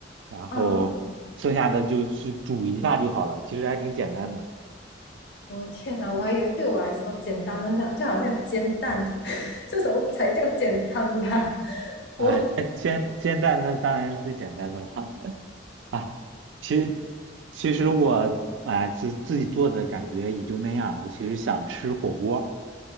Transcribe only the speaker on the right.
然后剩下的就去煮一下就好了，
其实还挺简单的。
啊、
煎煎蛋那当然是最简单的了。<laughs> 哎，其实其实我哎、就是自己做的感觉也就那样。我其实想吃火锅，